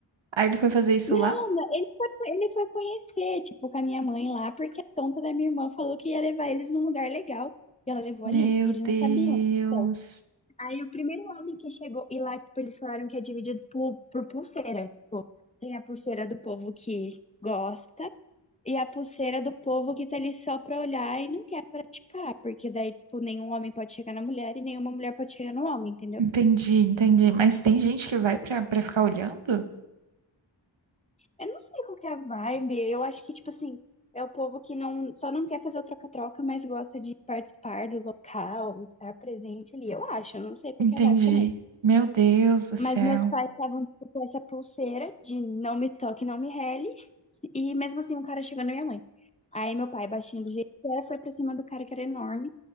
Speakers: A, on the right (about 80°); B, on the left (about 15°).
A: Aí ele foi fazer isso
B: Não,
A: lá?
B: não, ele foi, ele foi conhecer, tipo, com a minha mãe lá, porque a tonta da minha irmã falou que ia levar eles num lugar legal. E ela levou
A: Meu
B: ali, e eles
A: Deus.
B: não sabiam. Então, aí o primeiro homem que chegou, e lá, tipo, eles falaram que é dividido por, por pulseira. Tem a pulseira do povo que gosta e a pulseira do povo que tá ali só pra olhar e não quer praticar, porque daí, tipo, nenhum homem pode chegar na mulher e nenhuma mulher pode chegar no homem, entendeu?
A: Entendi, entendi. Mas tem gente que vai pra, pra ficar olhando?
B: Eu não sei qual que é a vibe, eu acho que, tipo assim, é o povo que não, só não quer fazer o troca-troca, mas gosta de participar do local, estar presente ali, eu acho, eu não sei qual
A: Entendi.
B: que é a vibe também.
A: Meu Deus do céu.
B: Mas meus pais estavam, tipo, com essa pulseira de não me toque, não me rele, e mesmo assim um cara chegou na minha mãe. Aí meu pai, baixinho do jeito que é, foi pra cima do cara que era enorme.